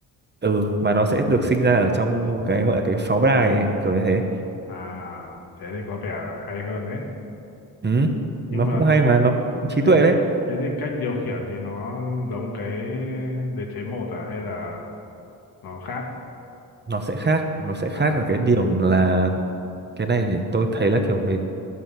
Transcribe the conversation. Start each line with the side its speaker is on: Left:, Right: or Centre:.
Right: ừ mà nó
Left: Ừ.
Right: sẽ
Left: ừ.
Right: được sinh ra ở trong một cái gọi là cái pháo đài ấy, kiểu như thế
Left: À, thế thì có vẻ hay hơn đấy.
Right: ừ
Left: Nhưng
Right: nó
Left: mà
Right: cũng hay
Left: th-
Right: mà nó cũng trí tuệ
Left: thế
Right: đấy
Left: thế thì cách điều khiển thì nó giống cái đế chế một à hay là nó khác?
Right: nó sẽ khác nó sẽ khác
Left: À
Right: ở cái điểm là cái này thì tôi thấy là kiểu về